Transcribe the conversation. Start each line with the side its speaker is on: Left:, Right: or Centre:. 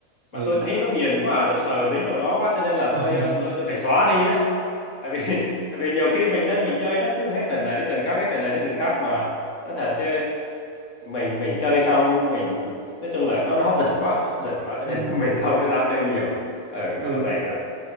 Right: ừ
Left: mà tôi thấy nó nghiền quá à, tôi sợ dính vào nó quá cho nên là
Right: <laughs>
Left: tôi ờ, tôi tôi phải xóa đi á tại vì <laughs> tại vì nhiều khi mình lên mình chơi nó cứ hết trận này đến trận khác hết trận này đến trận khác mà nó thật chứ mình mình chơi xong mình nói chung là nó nó hấp dẫn quá nó hấp dẫn quá cho
Right: ừ
Left: nên <laughs> là mình không có dám chơi nhiều ừ nó
Right: ừ
Left: là vậy đó